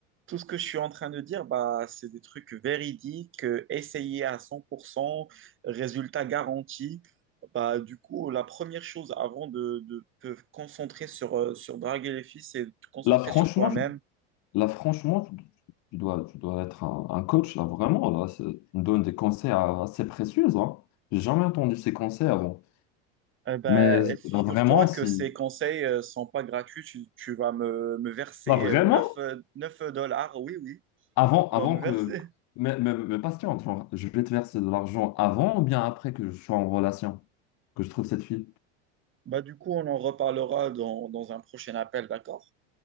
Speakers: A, on the right; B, on the left.
A: tout ce que je suis en train de dire, bah, c'est des trucs véridiques, euh, essayés à 100%, résultat garanti. Bah, du coup, la première chose avant de, de te concentrer sur, euh, sur draguer les filles, c'est de te concentrer
B: Là, franchement,
A: sur toi-même.
B: tu, là, franchement, tu, tu dois, tu dois être un, un coach, là, vraiment, là, c'est- tu me donnes des conseils euh, assez précieux, hein. J'ai jamais entendu ces conseils avant.
A: Euh, bah,
B: Mais
A: et figure-toi
B: euh, vraiment, si...
A: que ces conseils ne sont pas gratuits. Tu, tu vas me, me verser
B: Là, vraiment,
A: euh, 9 euh, 9 dollars. Oui, oui,
B: avant,
A: tu
B: avant
A: dois me
B: que.
A: verser.
B: Mais, mais, mais patiente, genre, je vais te verser de l'argent avant ou bien après que je sois en relation, que je trouve cette fille.
A: Bah, du coup, on en reparlera dans, dans un prochain appel, d'accord?